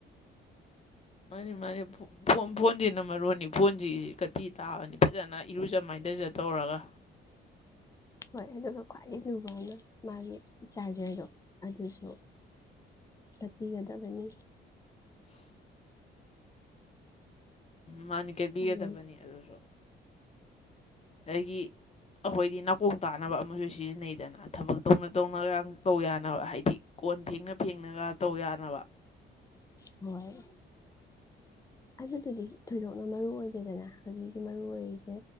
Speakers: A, on the left; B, on the left.
A: ꯃꯥꯅꯦ ꯃꯥꯅꯦ ꯐꯣꯟ ꯐꯣꯟ ꯐꯣꯟꯁꯤꯅ ꯃꯔꯣꯟꯅꯤ ꯐꯣꯟꯁꯤ ꯀꯇꯤ ꯇꯥꯕꯅꯤ ꯐꯖꯅ ꯏꯔꯨꯖ ꯃꯥꯏꯊꯖ ꯇꯧꯔꯒ
B: ꯍꯣꯏ ꯑꯗꯨꯒ ꯈ꯭ꯋꯥꯏꯗꯒꯤ ꯂꯨꯕ ꯑꯃꯅ ꯃꯥꯒꯤ ꯆꯥꯔꯖꯔꯗꯣ ꯑꯗꯨꯁꯨ ꯆꯠꯄꯤꯒꯗꯕꯅꯤ
A: <inaudible> ꯃꯥꯅ ꯀꯦꯕꯤꯒꯗꯕꯅꯤ
B: ꯆꯥꯔꯖꯔ
A: ꯑꯗꯨꯁꯨ ꯑꯩꯒꯤ ꯑꯩꯈꯣꯏꯗꯤ ꯅꯥꯀꯣꯟ ꯇꯥꯅꯕ ꯑꯃꯁꯨ ꯁꯤꯖꯤꯟꯅꯩꯗꯅ ꯊꯕꯛ ꯇꯧꯅ ꯇꯧꯅꯒ ꯇꯧ ꯌꯥꯅꯕ ꯍꯥꯏꯗꯤ ꯀꯣꯟ ꯐꯦꯡꯉ ꯐꯦꯡꯉꯒ ꯇꯧ ꯌꯥꯅꯕ
B: ꯍꯣꯏ ꯑꯗꯨꯗꯨꯗꯤ ꯊꯣꯏꯗꯣꯛꯅ ꯃꯔꯨ ꯑꯣꯏꯗꯦꯗꯅ ꯍꯧꯖꯤꯛꯀꯤ ꯃꯔꯨ ꯑꯣꯏꯔꯤꯁꯦ